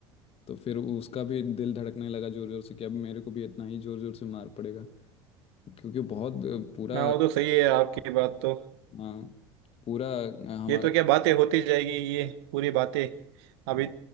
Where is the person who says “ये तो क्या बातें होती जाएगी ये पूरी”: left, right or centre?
Right